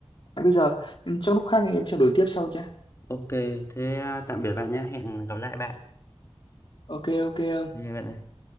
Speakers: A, on the left; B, on the left.
A: bây giờ trong lúc khác anh em trao đổi tiếp sau nhé
B: ok thế à, tạm biệt bạn nhé hẹn gặp lại bạn
A: ok ok ok.
B: Bye bạn ơi.